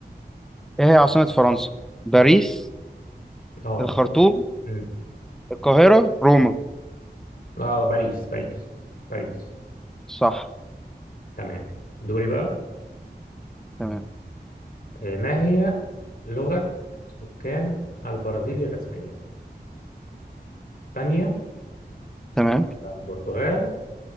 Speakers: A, in the centre; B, on the left.
A: ايه هي عاصمة فرنسا باريس
B: اه
A: الخرطوم
B: مم.
A: القاهرة روما
B: اه باريس باريس باريس
A: صح
B: تمام دوري بقى
A: تمام
B: آه، ما هي لغة سكان البرازيل الرسمية اسبانيا
A: تمام
B: ولا البرتغال